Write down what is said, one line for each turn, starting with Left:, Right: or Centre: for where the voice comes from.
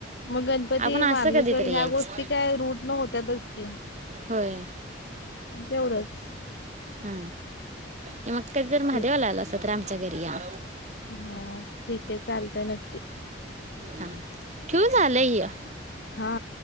Left: मग गणपती
Right: आपण असं
Left: मार्लेश्वर
Right: कधीतरी
Left: ह्या
Right: यायच.
Left: गोष्टी काय रूट न होत्यातच की
Right: होय.
Left: तेवढंच
Right: हा. मग कधी जर महादेवाला
Left: ठीक
Right: आलासा तर आम च्या घरी या.
Left: हा ठीक आहे, चालतंय नक्की.
Right: हा. ठेवू झा लय हे.
Left: हा